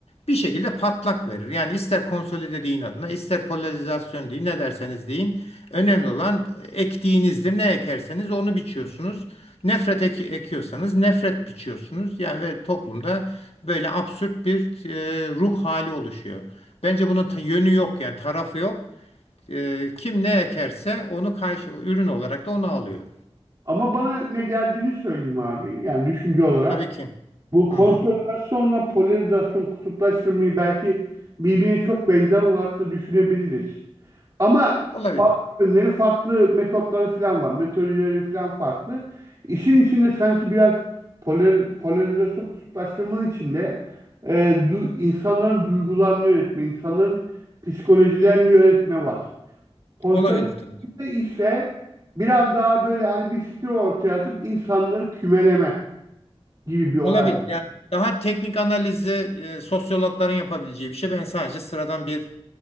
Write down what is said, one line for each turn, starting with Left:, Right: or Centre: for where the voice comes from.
Left: bir şekilde patlak verir. Yani ister konsolide deyin adına, ister polarizasyon deyin, ne derseniz deyin. Önemli olan ektiğinizdir. Ne ekerseniz onu biçiyorsunuz. Nefret eki- ekiyorsanız nefret biçiyorsunuz. Yani ve toplumda böyle absürt bir e, ruh hali oluşuyor. Bence bunun ta- yönü yok yani tarafı yok. E, kim ne ekerse onu karşı ürün olarak da onu alıyor.
Right: ama bana ne geldiğini söyleyeyim abi. Yani düşünce olarak.
Left: Tabii ki.
Right: Bu konsolidasyonla
Left: Hı hı.
Right: polarizasyon, kutuplaştırmayı belki birbirine çok benzer olarak da düşünebiliriz. Ama
Left: Olabilir.
Right: farklı yönleri, farklı metotları falan var. Metodolojileri falan farklı. İşin içinde sanki biraz polar- polarizasyon, kutuplaştırmanın içinde e, du- insanların duygularını yönetme, insanların psikolojilerini yönetme var. Konsolidasyonda
Left: Olabilir tabii ki.
Right: ise biraz daha böyle hani bir fikir ortaya atıp insanları kümeleme gibi bir olay
Left: Olabilir.
Right: var.
Left: Yani daha teknik analizi e, sosyologların yapabileceği bir şey. Ben sadece sıradan bir